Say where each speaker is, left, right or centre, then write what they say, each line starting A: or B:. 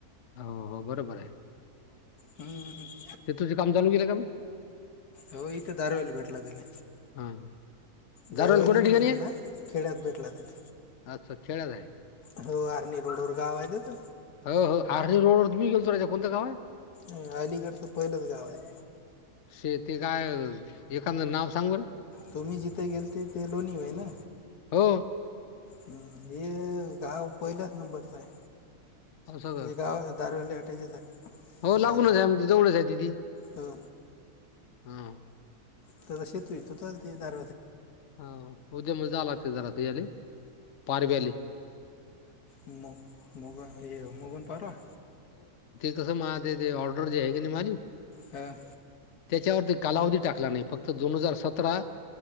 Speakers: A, on the left; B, on the left.
A: हो हो बरोबर आहे.
B: हम् हम
A: ते तुझ काम चालू केेला का मग
B: हो इथं दारवेला भेटला त्याला
A: हा
B: दरव्याली
A: दारवेल कुठे ठिकाणी
B: बी नाही म्हणा
A: आहे
B: खेड्यात भेटला तले.
A: अच्छा खेड्यात आहे
B: हो आरनी रोडोर गाव आहे.
A: हो हो आर् रडवर तुम्ही गेलो राज कोणतं गाव आहे
B: अ अलिगडचं पहिलंच गाव आहे.
A: श ते काय एखद नाव सांग बरं
B: तुम्ही जिथं गेल ते ते लोणी हो ना
A: हो
B: हम्म हे गाव पहिल्याच नंबरचं आहे.
A: हो सगळं
B: म्हणजे गाव दारवेली वाट्याचेच आहे.
A: हो लागूनच
B: बाहेर
A: आहे मग जवळच आहे दीदी
B: हो
A: हा
B: त शेतू य त हो ते दार
A: ह उद्या म्ह जाला ते जराली पारवी आली
B: म मग मगन पारव
A: तस माझ ते आर्डर जे हग न मली
B: हम
A: त्याच्यावरती कालावधी टाकला नाही फक्त दोन हजार सतरा